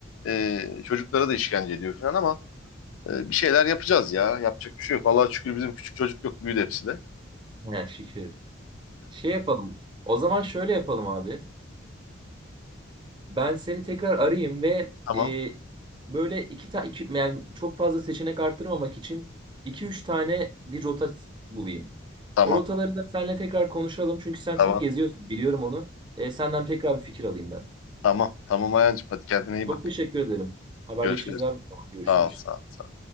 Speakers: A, on the left (about 80°); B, on the right (about 25°).
A: e, çocuklara da işkence ediyor falan ama e, bir şeyler yapacağız ya. Yapacak bir şey yok. Vallahi şükür bizim küçük çocuk yok. Büyüdü hepsi de.
B: Ha, şükür. Şey yapalım. O zaman şöyle yapalım abi. Ben seni tekrar arayayım ve
A: Tamam.
B: e, böyle iki tane, iki yani çok fazla seçenek arttırmamak için iki üç tane bir rota s- bulayım.
A: Tamam.
B: O rotaları da seninle tekrar konuşalım çünkü sen
A: Tamam.
B: çok geziyorsun biliyorum onu. E, senden tekrar bir fikir alayım ben.
A: Tamam. Tamam Ayancığım. Hadi kendine iyi
B: Çok
A: bak.
B: teşekkür ederim. Haberleşiriz
A: Görüşürüz.
B: abi. Tamam, Görüşürüz.
A: Sağ ol. Sağ ol. Sağ ol.